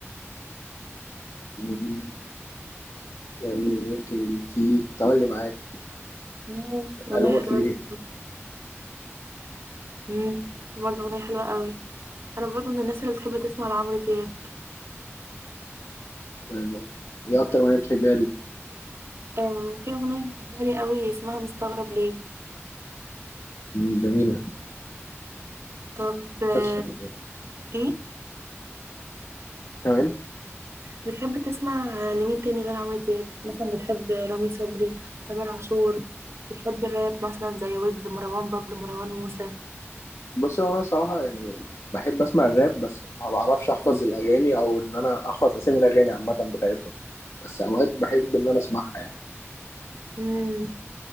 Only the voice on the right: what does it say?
مم، أغنية
حلوة
جدا مم، برضه أغنية حلوة قوي أنا برضه من الناس اللي بتحب تسمع لعمرو دياب
آه في أغنية بحبها لي قوي اسمها مستغرب ليه
طب آه،
إيه
بتحب تسمع لمين تاني غير عمرو دياب؟ مثلا بتحب رامي صبري تامر عاشور بتحب الراب مثلا زي ويجز مروان بابلو مروان موسى
مم،